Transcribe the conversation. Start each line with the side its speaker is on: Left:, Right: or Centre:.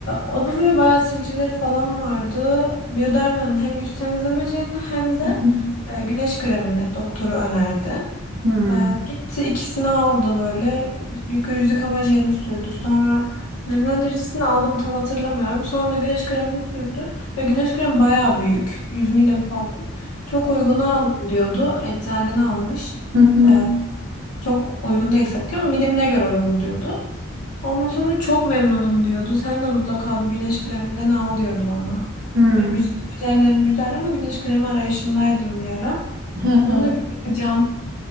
Left: o da böyle bayağı sivilceleri falan vardı. Biyodermanın hem yüz temizlemeceğini hem de
Right: hı.
Left: e, Güneş kremini doktoru önerdi.
Right: Hı hı.
Left: E, gitti ikisini aldı böyle. Yıka yüz yıkama jelini sürdü. Sonra nemlendiricisini aldım tam hatırlamıyorum. Sonra da güneş kremini sürdü. Ve güneş kremi bayağı büyük. 100 milim falan. Çok uyguna aldım diyordu. Eczaneden almış.
Right: Hı hı.
Left: E, çok uygun değil tabii ki ama milimine göre uygun diyordu. Ondan sonra çok memnunum diyordu. Sen de mutlaka bu güneş kreminden al diyordu bana.
Right: Hı hı.
Left: Benim yüz yıkama jellerim güzel ama güneş kremi arayışındaydım bir ara.
Right: Hı hı.
Left: Onu da bir bakacağım.